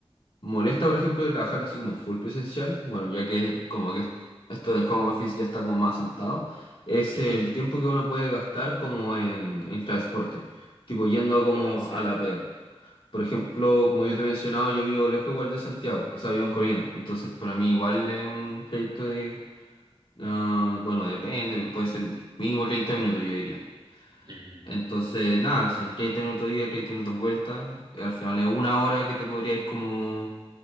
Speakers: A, on the left; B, on the right.
A: molesta, por ejemplo, de trabajar así como full presencial, bueno, ya que como que esto del home office ya está como más sentado, es
B: Ujú.
A: el tiempo que uno puede gastar como en, en transporte, tipo yendo como
B: Puta, sí.
A: a la pega. Por ejemplo, como yo te he mencionado, yo vivo lejos igual de Santiago, o sea, vivo en Corina. Entonces, para mí igual es un trayecto de, ah, bueno, depende, pero puede ser mínimo 30 minutos, yo diría.
B: Ujú.
A: Entonces, nada, son 30 minutos de ida, 30 minutos de vuelta. Al final es una hora que te podrías como,